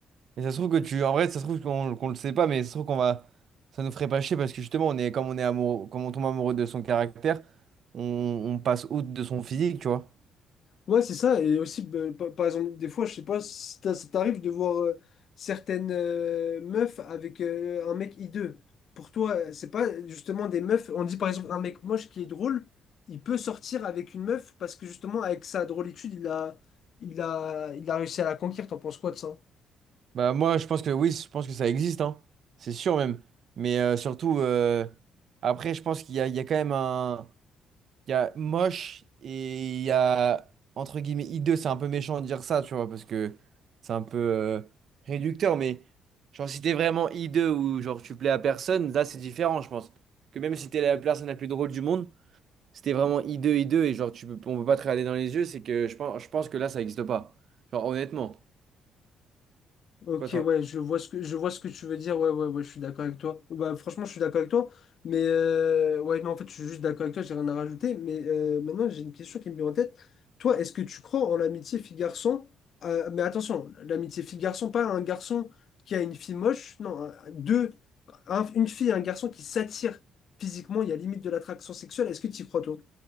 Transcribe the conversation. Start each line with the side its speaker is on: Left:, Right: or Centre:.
Right: Et ça se trouve que tu, en vrai, ça se trouve qu'on qu'on le sait pas, mais ça se trouve qu'on va, ça nous ferait pas chier parce que justement, on est, comme on est amoureux, comme on tombe amoureux de son caractère, on, on passe outre de son physique, tu vois.
Left: Ouais, c'est ça. Et aussi, bah, pa- par exemple, des fois, je sais pas, si t'as- ça t'arrive de voir euh, certaines euh, meufs avec euh, un mec hideux. Pour toi, euh, c'est pas euh, justement des meufs. On dit par exemple un mec moche qui est drôle, il peut sortir avec une meuf parce que justement, avec sa drôlitude, il a, il a, il a réussi à la conquérir. T'en penses quoi de ça?
Right: Bah moi je pense que oui, je pense que ça existe, hein. C'est sûr même. Mais euh, surtout euh, après je pense qu'il y a, il y a quand même un. Il y a moche et il y a entre guillemets hideux, c'est un peu méchant de dire ça, tu vois, parce que c'est un peu euh, réducteur, mais genre si t'es vraiment hideux ou genre tu plais à personne, là c'est différent, je pense. Que même si t'es la personne la plus drôle du monde, si t'es vraiment hideux, hideux et genre tu peux, on peut pas te regarder dans les yeux, c'est que je pense, je pense que là ça existe pas. Genre honnêtement.
Left: Ok,
Right: Je sais pas, toi.
Left: ouais, je vois ce que, je vois ce que tu veux dire. Ouais, ouais, ouais, je suis d'accord avec toi. Bah, franchement, je suis d'accord avec toi. Mais euh, ouais, non, en fait, je suis juste d'accord avec toi, j'ai rien à rajouter. Mais euh, maintenant, j'ai une question qui me vient en tête. Toi, est-ce que tu crois en l'amitié fille-garçon? Euh, mais attention, l'amitié fille-garçon, pas un garçon qui a une fille moche. Non, un- deux, un- une fille et un garçon qui s'attirent physiquement, il y a limite de l'attraction sexuelle. Est-ce que tu y crois, toi?